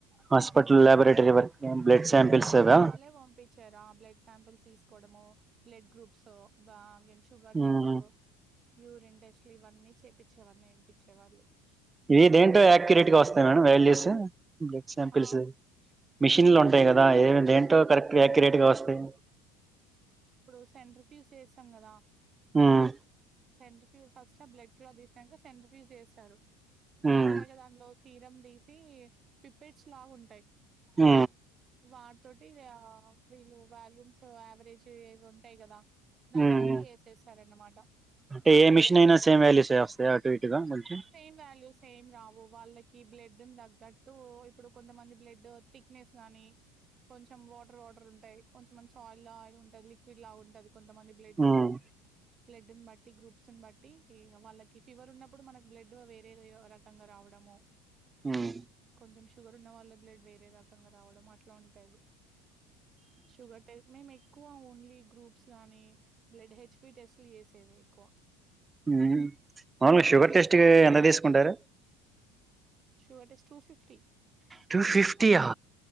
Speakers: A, on the right; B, on the right.
A: హాస్పిటల్ ల్యాబోరేటరీ వరకు బ్లడ్ సాంపిల్స్
B: కాలేజ్
A: అవా
B: వాళ్ళే పంపించారు ఆ బ్లడ్ సాంపిల్స్ తీసుకోవడము బ్లడ్ గ్రూప్స్ ఆ షుగర్
A: మ్మ్
B: టెస్ట్ యూరిన్ టెస్ట్ ఇట్ల ఇవన్నీ చేపిచ్చేవాళ్లు నేర్పించేవాళ్ళు
A: ఇవి దేంట్లో యాక్యూరేట్ గా వస్తాయి మేడం వాల్యూస్ బ్లడ్ సాంపిల్స్
B: ఆ
A: మిషన్లు ఉంటాయి కదా ఏమి దేంటో కరెక్ట్గా యాక్యురేట్ గా వస్తాయి
B: ఇప్పుడు సెంట్రిఫ్యూస్ ఏసాం కదా
A: మ్మ్
B: సెంట్రి ఫస్ట్ బ్లడ్ క్లాత్ చేసాక సెంట్రిఫ్యూజ్ చేస్తారు
A: మ్మ్
B: చేశాక దాంట్లో సీరం తీసి పిప్పెడ్స్ లాగుంటాయి
A: ఆ
B: వాటితోటి ఆ వీళ్ళు వాల్యూమ్స్ యావరేజ్ టి ఇదుంటాయి కదా దాని
A: మ్మ్
B: బట్టి ఏసేసారన్న మా <inaudible>
A: అంటే ఏ మిషన్ అయినా సేమ్ వాల్యూసే వస్తాయా అటు ఇటుగా కొంచిం
B: సేమ్ వాల్యూస్ ఏం రావు వాళ్ళకి బ్లడ్డున్ తగ్గట్టు ఇప్పుడు కొంతమంది బ్లడ్ థిక్నెస్ గానీ కొంచెం వాటర్ వాటర్ ఉంటాయి కొంచెమంది ఆయిల్ ఆయిల్ ఉంట టది లిక్విడ్ లా ఉంటాది కొంతమంది బ్లడ్స్
A: మ్మ్
B: బ్లడ్డిని బట్టి గ్రూప్స్ ని బట్టి వాళ్ళకి ఫీవర్ ఉన్నప్పుడు మనకి బ్లడ్ వేరే రకంగా రావడము
A: మ్మ్
B: కొంచెం షుగర్ ఉన్న వాళ్ళ బ్లడ్ వేరే రకంగా రావడం అట్లా ఉంటది షుగర్ టె మేమే క్కువ ఓన్లీ గ్రూప్స్ గానీ బ్లడ్ హెచ్ బి టెస్ట్లు చేసేది ఎక్కువ
A: మ్ అవును
B: హ్మ్
A: షుగర్ టెస్ట్ కి ఎంత తీస్ కుంటారు
B: sugar test two fifty
A: two fifty ఆ